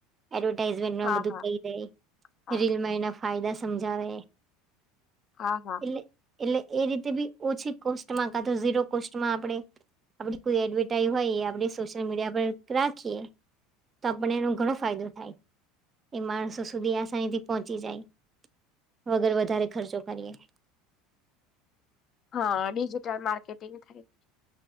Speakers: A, on the right (about 30°); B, on the left (about 40°).
A: એડવટાઈઝ બધું
B: હા હા
A: કહી દે
B: હા
A: રીલમાં એના ફાયદા સમજાવે
B: હા હા
A: એટલે એટલે એ રીતે બી ઓછી કોસ્ટમાં કા તો ઝીરો કોસ્ટમાં આપણે આપડી કોઈ એડવર્ટાઈઝ હોય એ આપડણે સોશિયલ મીડિયા પર રાખીએ તો આપને એનો ઘણો ફાયદો થાય એ માણસો સુધી આસાની થી પહોંચી જાય વગર વધારે ખર્ચો કરીએ.
B: હા ડિજિટલ માર્કેટિંગ થાય